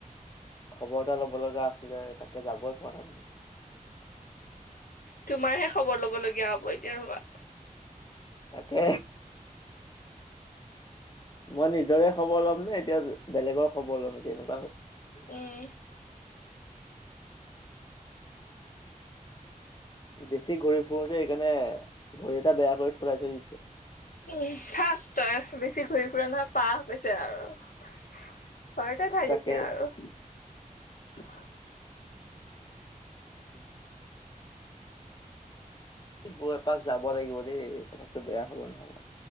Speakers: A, on the left (about 30°); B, on the left (about 80°).
A: খবৰ এটা ল'ব লগা আছিলে তাকে যাবই পৰা নাই
B: তোমাৰহে খবৰ লব লগগীয়া হ'ব এতিয়া ৰবা
A: তাকে মই নিজৰে খবৰ ল'ম নে এতিয়া বেলেগৰ খবৰ লম এ তেনেকুৱা
B: উম
A: বেছি ঘড়ী ফুৰো যে এইকাৰণে ঘড়ী এটা বেয়া কৰি পেলই থৈ দিছে
B: উ চাক তই বেছি ঘূৰি ফুৰা নহয় পাহ বেছে আৰু ঘৰতে থাই
A: তাকে
B: যেতিয়া আৰু
A: আ বৈ এপাক যাব লাগিব দেই কথাতটোো বেয়া হব নহবা